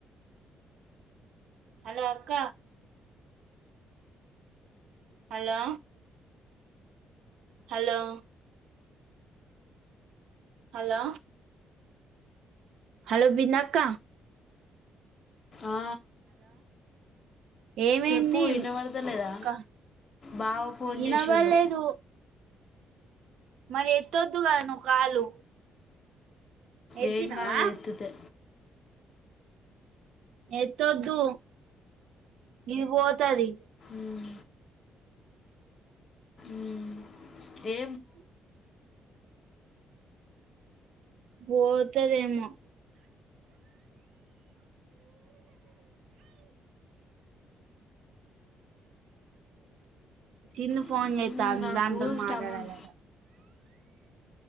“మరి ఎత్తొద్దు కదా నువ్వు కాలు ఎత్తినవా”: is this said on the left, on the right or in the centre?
Right